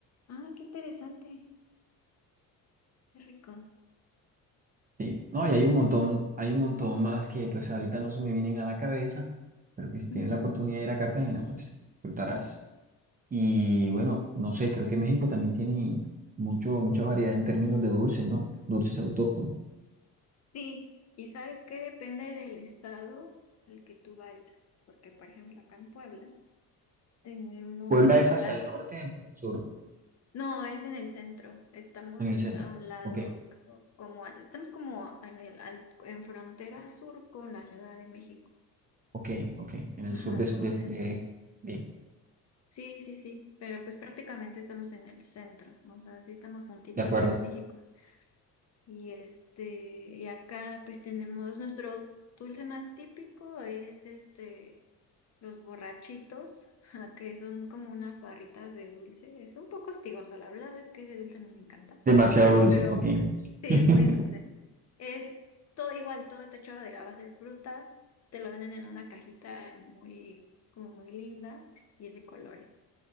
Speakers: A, on the left; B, on the right.
A: Ah, qué interesante. Qué rico.
B: sí. No, y hay un montón, hay un montón más que pues ahorita no se me vienen a la cabeza, pero que si tienes
A: Ujú.
B: la oportunidad de ir a Cartagena, pues disfrutarás. Y bueno, no sé, creo que México también tiene mucho, mucha variedad en términos de dulces, ¿no? Dulces autóctonos.
A: Sí, y sabes que depende del estado al que tú vayas, porque por ejemplo acá en Puebla tenemos
B: Puebla es hacia
A: las
B: el norte, o hacia el sur,
A: No, es en el centro. Estamos
B: en el centro.
A: a un lado,
B: Ok,
A: co- como a- estamos como en el al- en frontera sur con la Ciudad de México.
B: ok, ok. En el
A: Ajá,
B: sur de,
A: estamos
B: de,
A: en
B: de- bien,
A: Sí, sí, sí, pero pues prácticamente estamos en el centro, o sea, sí estamos juntito
B: de acuerdo.
A: a Ciudad de México. Y este, y acá pues tenemos nuestro dulce más típico es este los borrachitos, <laughs> que son como unas barritas de dulce. Es un poco hostigoso, la verdad es que ese dulce nos encanta.
B: Demasiado dulce,
A: pero
B: ok.
A: <laughs> sí,
B: <laughs>
A: es muy dulce. Es todo igual, todo está hecho de a base de frutas, te lo venden en una cajita muy, como muy linda y es de colores.